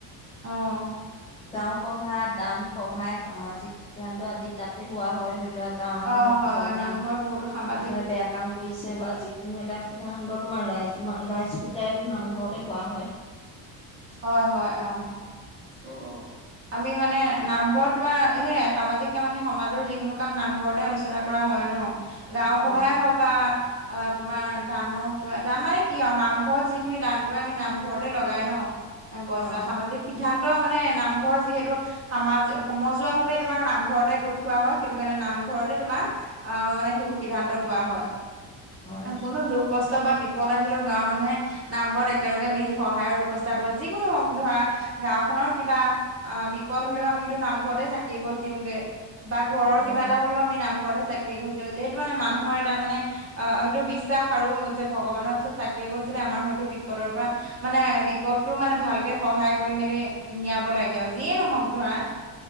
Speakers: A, on the right; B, on the left.
A: অঁ।
B: গাঁও সভা দান সহায় সামাজিক সিদ্ধান্ত আদি তাতে লোৱা হয় ধৰি লোৱা। গাওঁখনৰ
A: অ হয়
B: কিবা
A: হয়
B: যদি
A: নামঘৰত বহুতো সামাজিক
B: মানুহে বেয়া কাম। কৰিছে বা যিকোনো এটা সিদ্ধান্ত তোমাৰ ৰাইজ ৰাইজগোটাইটো নামঘৰতে কোৱা হয়।
A: হয়, হয় অ', অ'। আমি মানে নামঘৰত তোমাৰ সেয়াই সামাজিক কাম মানে সমাজৰ যিকোনো কাম নামঘৰতে আলোচনা। কৰা হয় ন' গাঁও
B: হয়,
A: সভাই হওক বা, অ', তোমাৰ দানৰ কিবা দান মানে কি আৰু নামঘৰত যিখিনি দান কৰে আমি নামঘৰতে লগাই ন'। পইচা
B: হয়,
A: সামাজিক সিদ্ধান্ত মানে নামঘৰ যিহেতু। সামাজ সমজুৱা ভাৱে তোমাক নামঘৰতে গোট খোৱা হয় সেইটো কাৰণে নামঘৰতে তোমাৰ আ মানে সেইবোৰ সিদ্ধান্ত লোৱা হয়।
B: হয়,
A: কোনো দুখ কষ্ট বা বিপদ আহিলেও গাঁৱৰ মানুহে নামঘৰত একেলগে মিলি সহায়ৰ ব্যৱস্থা। <inaudible> কৰে যিকোনো হ‌ওঁক ধৰা। গাওঁখনৰ কিবা অ' বিপদ হলেও আমিতো নামঘৰতে চাকি এগছ দিওঁগে। বা ঘৰৰ
B: অ',
A: কিবা এটা হলেও আমি নামঘৰতে চাকি এগছ দিওঁ সেইটো মানে মানুহৰ এটা মানে। আহ সেইটো বিশ্বাস আৰু যে ভগৱানৰ ওচৰত চাকি এগছ দিলে আমাৰ হয়তো বিপদৰ পৰা মানে বিপদটো মানে ভালকে সহায় কৰি মেলি নিয়াব লাগে আৰু যিয়ে নহওঁক ধৰা।